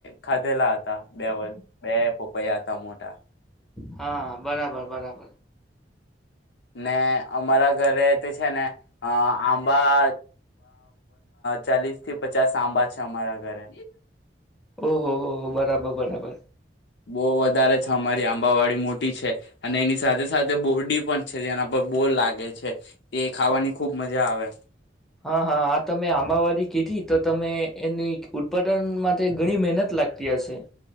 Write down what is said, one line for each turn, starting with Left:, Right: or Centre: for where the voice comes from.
Left: ખાધેલા હતા બે વષ બે પયા હતા મોટા
Centre: હા બરાબર બરાબર.
Left: ને અમારા ઘરે તે છે ને અ આંબા ચાલીસ થી પચાસ આંબા છે અમારા ઘરે.
Centre: ઓહ હો હો બરાબર બરાબર.
Left: બહુ વધારે છે અમારી આંબાવાડી મોટી છે અને એની સાથે સાથે બોરડી પણ છે જેના પર બોર લાગે છે એ ખાવાની ખુબ મજા આવે.
Centre: હા હા આ તમે આંબાવાડી કીધી તો તમે એની ઉત્પાદન માટે ઘણી મહેનત લાગતી હશે.